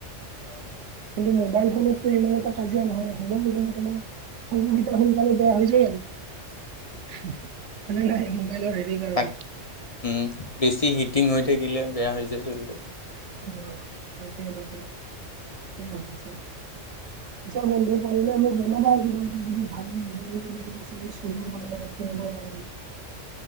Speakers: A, on the left (about 30°); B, on the right (about 70°).
A: অ অ
B: কিন্তু মোবাইল ফোনত ইমান এটা কাজিয়া নহয় হলো কিন্তু তোমাৰ চকুকেইটা সোনকালে বেয়া হৈ যায় আৰু।
A: উম,
B: হেহ হয় নে নাই মোবাইলৰ হেৰি কাৰণে।
A: তাক উম, বেছি হিটিং হৈ থাকিলে বেয়া হৈ যায় জল্ডি
B: উম তাকে তাকে তাকেই ভাবিছো
A: <inaudible>
B: পূজা বন্ধ পাৰিলে মোক জনাবা কিবা এটা যদি ভাল <unintelligible> কিনিব পাৰিলে